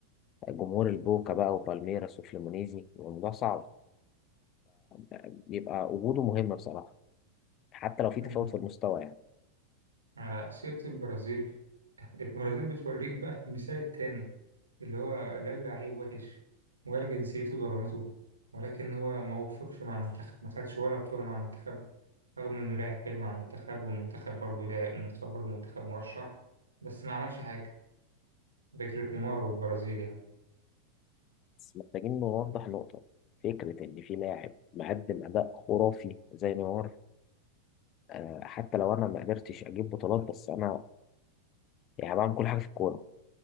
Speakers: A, on the left; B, on the right.
A: جمهور البوكا بقى وبالميراس وفليمونيزي بيبقى الموضوع صعب فبيبقى وجوده مهم بصراحه حتى لو في
B: مم.
A: تفاوت في المستوى يعني
B: على سيره البرازيل البرازيل بتوريك بقى المثال التاني اللي هو لا اللاعب وحش ولا جنسيته ظلمته ولكن هو ما وفقش مع المنتخب ما خدش ولا بطولة مع المنتخب رغم إنه لاعب حلو مع المنتخب والمنتخب برضه لاعب المنتخب برضه منتخب مرشح بس ما عملش حاجة فكرة نيمار والبرازيل يعني
A: بس محتاجين نوضح نقطه فكره ان في لاعب مقدم اداء خرافي زي نيمار آه، حتى لو انا ما قدرتش اجيب بطولات بس انا يعني بعمل كل حاجه في الكوره